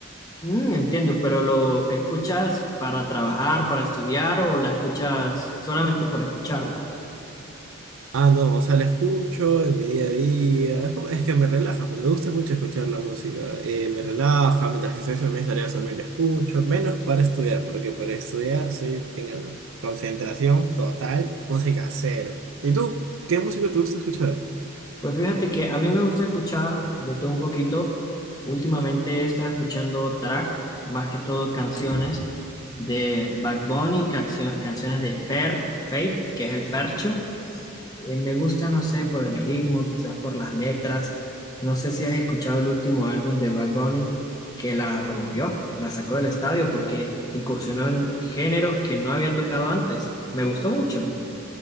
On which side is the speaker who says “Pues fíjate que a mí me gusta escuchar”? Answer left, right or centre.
Left